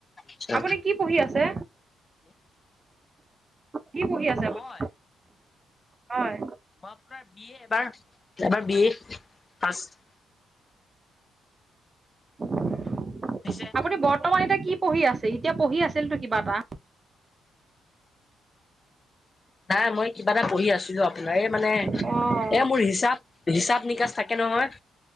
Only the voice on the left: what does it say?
আছো
মই
মই আপোনাৰ বি এ এবাৰ, এবাৰ বি এ ফাৰ্ষ্ট
বুজিছে
নাই মই কিবা এটা পঢ়ি আছিলোঁ আপোনাৰ এই মানে
এ মোৰ হিচাপ হিচাপ নিকাচ থাকে নহয়।